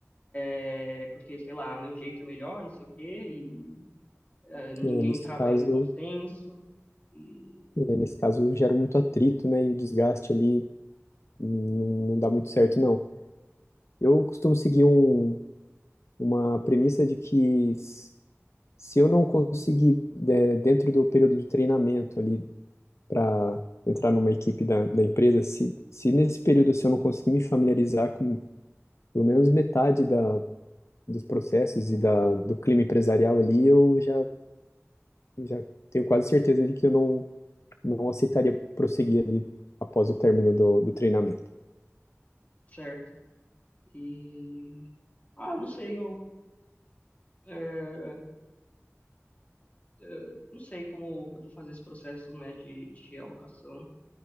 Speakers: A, on the left; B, on the left.
A: é, porque, sei lá, meu jeito é melhor, não sei o quê, e eh, ninguém
B: É, nesse
A: trava
B: caso,
A: em um consenso, e-
B: é, nesse caso gera muito atrito, né? E o desgaste ali hum, não, não dá muito certo, não. Eu costumo seguir um, uma premissa de que s- se eu não conseguir, de- dentro do período de treinamento ali, para entrar numa equipe da, da empresa, se, se nesse período se eu não conseguir me familiarizar com pelo menos metade da, dos processos e da, do clima empresarial ali, eu já, já tenho quase certeza de que eu não, não aceitaria prosseguir ali após o término do, do treinamento.
A: certo? E, ah, não sei, eu eh, eh, não sei como eu vou fazer esse processo, né, de, de alocação.